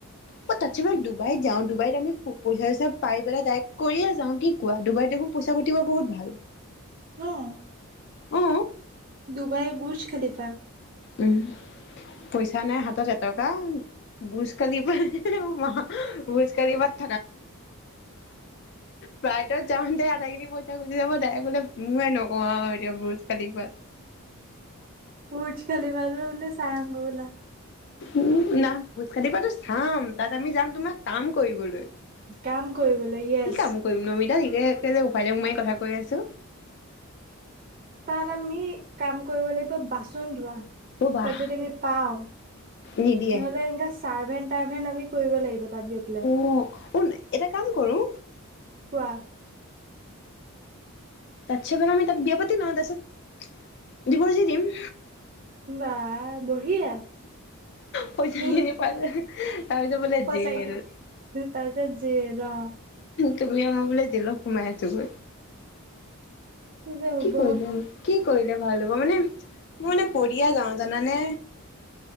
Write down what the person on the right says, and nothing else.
ন'
ডুবাই বুৰ্জ খালিফা।
ব্ৰুজ খালিফা টো বোলে চায় আহোংগে বলা।
কাম কৰিবলৈ য়েছ
তাত আমি কাম কৰিব লাগিব বাচন -ধোৱা।
তাত যদি আমি পাওঁ
নহ'লে এনেকা ছাৰ্ভেণ্ট টাৰভেন আমি কৰিব লাগিব তাত গৈ পেলাই।
কোৱা?
বাহ বঢ়িয়া,
হি হি
হয়
চাগে। তাৰ তাত যে ল
যে হ'ব।